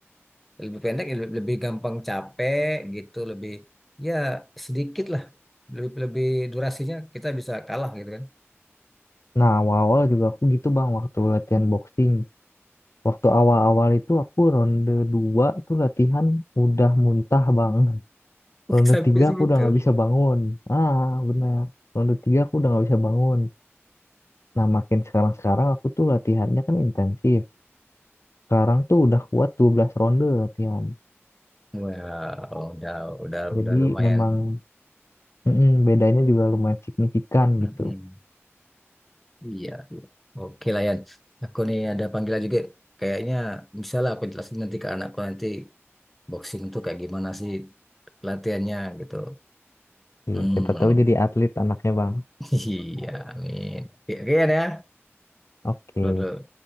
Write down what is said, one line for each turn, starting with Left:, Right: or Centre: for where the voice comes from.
Centre: lebih pendek ya lebih gampang capek gitu lebih ya sedikit lah lebih lebih durasinya kita bisa kalah gitu kan
Left: Nah, awal-awal juga aku gitu bang waktu latihan boxing. Waktu awal-awal itu aku ronde 2 tuh latihan udah muntah banget.
Centre: <laughs>
Left: Ronde
Centre: sampai
Left: 3
Centre: segitu
Left: aku udah nggak bisa bangun. Ah, benar. Ronde 3 aku udah nggak bisa bangun. Nah, makin sekarang-sekarang aku tuh latihannya kan intensif. Sekarang tuh udah kuat 12 ronde latihan.
Centre: Wow, udah udah
Left: Jadi
Centre: udah lumayan
Left: memang mm-mm, bedanya juga lumayan signifikan
Centre: Mm-mm.
Left: gitu.
Centre: iya oke lah Yan aku nih ada panggilan juga kayaknya misalnya aku jelasin nanti ke anakku nanti boxing tuh kayak gimana sih latihannya gitu
Left: Iya,
Centre: hmm
Left: siapa tahu jadi atlet anaknya, Bang.
Centre: <laughs> iya amin oke oke Yan ya
Left: Oke.
Centre: dulu